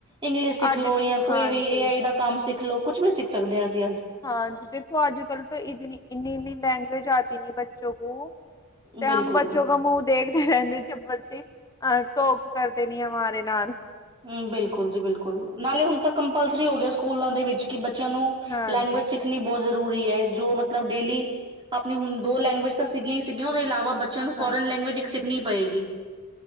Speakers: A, on the right (about 20°); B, on the left (about 15°).
A: ਇੰਗਲਿਸ਼ ਸਿੱਖਲੋ,
B: ਅੱਜ
A: ਯਾ ਕੋਈ
B: ਹਾਂਜੀ
A: ਵੀ ਏ ਆਈ ਦਾ ਕੰਮ ਸਿੱਖਲੋ, ਕੁਛ ਵੀ ਸਿੱਖ ਸਕਦੇ ਆ, ਅਸੀਂ ਅੱਜ।
B: ਹਾਂਜੀ, ਦੇਖੋ ਅੱਜ-ਕੱਲ ਤਾਂ ਇਤਨੀ, ਇੰਨੀ-ਇੰਨੀ ਲੈਂਗੁਵੇਜ ਆਤੀ ਨੀ ਬੱਚੋ ਕੋ। ਤੇ,
A: ਬਿਲਕੁਲ
B: ਹਮ ਬੱਚੋ ਕਾ ਮੁੜ ਦੇਖਦੇ ਰਹਿੰਦੇ ਜੇਬ ਬੱਚੇ, ਹ ਟੋਕ ਕਰਦੇ ਨ ਆ ਮਰੇ ਨਾਲ।
A: ਹਮ ਬਿਲਕੁਲ ਜੀ ਬਿਲਕੁਲ। ਨਾਲੇ ਹੁਣ ਤਾਂ ਕੰਪਲਸਰੀ ਹੋ ਗਿਆ, ਸਕੂਲਾਂ ਦੇ ਵਿੱਚ ਕਿ ਬੱਚਿਆਂ ਨੂੰ
B: ਹਾਂਜੀ
A: ਲੈਂਗੁਏਜ ਸਿੱਖ ਣੀ ਬਹੁਤ ਜ਼ਰੂਰੀ ਹੈ। ਜੋ ਮਤਲਬ ਡੇਲੀ ਆਪਣੀ ਹੁਣ ਦੋ ਲੈਂਗੁਏਜ ਤਾਂ ਸੀਗੀਆਂ ਹੀ ਸੀਗੀਆਂ, ਉਹਦੇ ਇਲਾਵਾ ਬੱਚ। ਬੱਚਿਆਂ ਨੂੰ, ਫੋਰਨ
B: ਹਾਂਜੀ
A: ਲੈਂਗੁਏਜ ਇੱਕ ਸਿੱਖਣੀ ਪਏਗੀ।